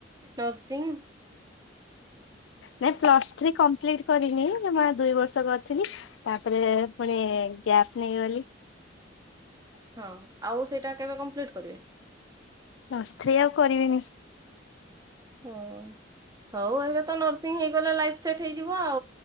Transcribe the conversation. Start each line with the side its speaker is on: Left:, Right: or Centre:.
Right: ନର୍ସିଂ -
Left: ନାଇଁ ପ୍ଲସ ଥ୍ରୀ କମ୍ପ୍ଲିଟ କରିନି। ଦୁଇ ବର୍ଷ କରିଥିଲି ତାପରେ ପୁଣି ଗ୍ୟାପ୍ ନେଇଗଲି।
Right: ହଁ ଆଉ ସେଇଟା କେବେ କମ୍ପ୍ଲିଟ କରିବେ?
Left: ପ୍ଲସ୍ ଥ୍ରୀ ଆଉ କରିବିନି।
Right: ହଁ ହଉ ଏବେ ତ ନର୍ସିଂ ହେଇଗଲା। ଲାଇଫ୍ ସେଟ୍ ହେଇଯିବ।